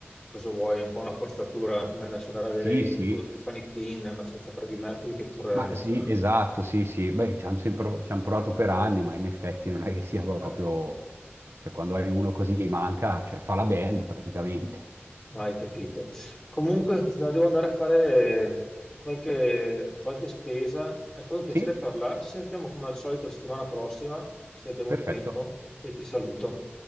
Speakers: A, on the left (about 20°); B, on the right (about 70°).
A: cosa vuoi? È un po' una forzatura, come adesso andare a vedere
B: sì, sì,
A: i tour di Fanny Queen, ma senza Freddie Mercury, che tour è?
B: ma sì,
A: Cioè,
B: esatto, sì, sì, beh, ci hanno sempre, ci han provato per anni, ma in effetti non è che sia proprio,
A: eh,
B: cioè quando hai uno così gli manca, cioè fa la band praticamente.
A: mai capito. Comunque, no, devo andare a fare qualche, qualche spesa. È stato un piacere
B: Sì,
A: parlare, ci sentiamo come al solito la settimana prossima, se abbiamo
B: perfetto.
A: tempo, e ti saluto.